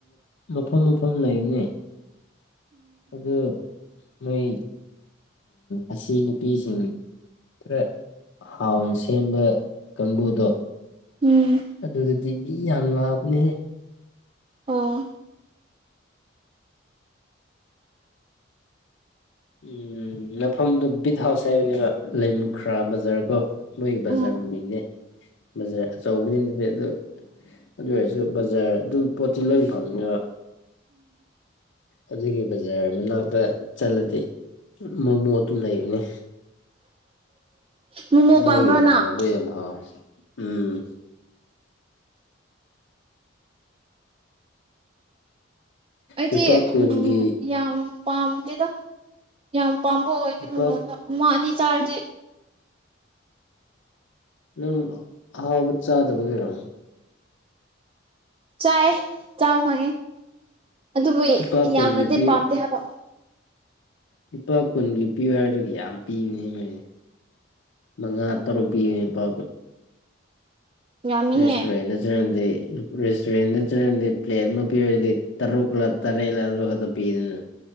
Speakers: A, on the left; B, on the right.
A: ꯃꯐꯝ ꯃꯐꯝ ꯂꯩꯕꯅꯤ ꯑꯗꯨ ꯃꯣꯏ ꯑꯁꯤ ꯅꯨꯄꯤꯁꯤꯡ ꯈ꯭ꯔ ꯍꯥꯎꯅ ꯁꯦꯝꯕ ꯀꯥꯡꯕꯨꯗꯣ
B: ꯎꯝ
A: ꯑꯗꯨꯗꯨꯗꯤ ꯃꯤ ꯌꯥꯝ ꯂꯥꯛꯑꯕꯅꯦꯍꯦ
B: ꯑꯣ
A: ꯎꯝ ꯃꯐꯝꯗꯨ ꯕꯤꯠ ꯍꯥꯎꯁ ꯍꯥꯏꯕꯅꯦꯕ ꯂꯩꯃꯨꯈ꯭ꯔꯥ ꯕꯖꯥꯔ ꯀꯣ ꯃꯣꯏꯒꯤ
B: ꯎꯝ
A: ꯕꯖꯥꯔ ꯃꯃꯤꯡꯅꯦ ꯕꯖꯥꯔ ꯑꯆꯧꯕꯗꯤ ꯑꯗꯩ ꯑꯗꯨ ꯑꯗꯨ ꯑꯣꯏꯔꯁꯨ ꯕꯖꯥꯔ ꯑꯗꯨꯝ ꯄꯣꯠꯇꯤ ꯂꯣꯏ ꯐꯪꯅꯦꯕ ꯑꯗꯨꯒꯤ ꯕꯖꯥꯔ ꯃꯅꯥꯛꯇ ꯆꯠꯂꯗꯤ ꯃꯣꯃꯣ ꯑꯗꯨꯝ ꯂꯩꯕꯅꯦ
B: <unintelligible> ꯃꯣꯃꯣ
A: ꯃꯒꯤꯃ
B: ꯄꯥꯝꯕ꯭ꯔꯣ ꯅꯪ
A: ꯑꯗꯨ ꯌꯥꯝꯦꯝ ꯍꯥ ꯎꯝ
B: ꯑꯩꯗꯤ
A: ꯂꯨꯄꯥ ꯀꯨꯟꯒꯤ
B: ꯎꯝ ꯌꯥꯝ ꯄꯥꯝꯗꯦꯗ ꯌꯥꯝ ꯑꯄꯥꯝꯕ ꯑꯣꯏꯗ
A: ꯂꯨꯄꯥ
B: ꯃꯉꯣꯟꯗꯃ ꯑꯅꯤ ꯆꯥꯔꯗꯤ
A: ꯅꯪ ꯍꯥꯎꯕ ꯆꯥꯗꯕ ꯀꯩꯅꯣꯅꯦ
B: ꯆꯥꯏ ꯆꯥ ꯐꯉꯦ ꯑꯗꯨꯕꯨ
A: ꯂꯨꯄꯥ
B: ꯌꯥꯝꯅꯗꯤ
A: ꯀꯨꯟꯒꯤ ꯄꯤ
B: ꯄꯥꯝꯗꯦ ꯍꯥꯏꯕ
A: ꯂꯨꯄꯥ ꯀꯨꯟꯒꯤ ꯄꯤꯌꯨ ꯍꯥꯏꯗꯨꯒꯤ ꯌꯥꯝ ꯄꯤꯕꯅꯤ ꯅꯣꯏꯅꯦ ꯃꯉꯥꯡ ꯑꯇꯩ ꯔ ꯄꯤ ꯄ
B: ꯌꯥꯝꯃꯤꯍꯦ
A: ꯔꯦꯁꯇꯨꯔꯦꯟꯗꯠ ꯆꯠꯗꯤ ꯔꯦꯁꯇꯨꯔꯦꯟꯗ ꯆꯠꯔꯗꯤ ꯄ꯭ꯂꯦꯠ ꯑꯃ ꯄꯤꯔꯗꯤ ꯇꯔꯨꯛꯂ ꯇꯔꯦꯠꯂ ꯑꯗꯨ ꯈꯛꯇ ꯄꯤꯗꯅ